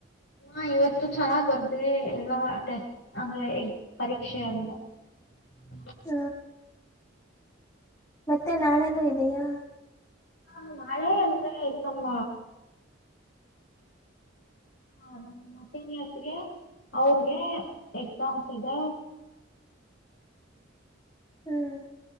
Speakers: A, on the left; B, on the left.
A: ಹಾ ಇವತ್ತು ಚೆನ್ನಾಗ್ ಬರ್ದೇ ಎಲ್ಲ ಅತ್ತೆ ಅಂದ್ರೆ ಪರೀಕ್ಷೆ ಅಂದ್ರ ಹ
B: ಹ ಮತ್ತೆ ನಾಳೆನೂ ಇದೆಯಾ
A: ಹಾ ನಾಳೆ ಅಂದ್ರೆ ನಮ್ಮ ಹಾ ನಮ ಮತ್ತನಿ ಹೊತ್ಗೆ ಅವ್ರಗೆ ಎಕ್ಸಾಮ್ಸ್ ಇದೆ
B: ಹ್ಮ್